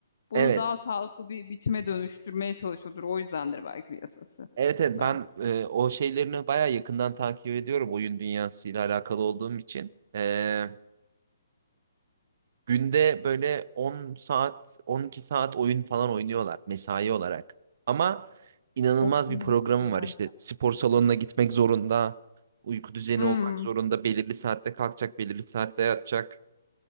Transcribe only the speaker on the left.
bunu
daha sağlıklı bir biçime dönüştürmeye çalışıyordur. O yüzdendir belki bir yasası.
Belki.
Çok uzun
süreler.
Hmm,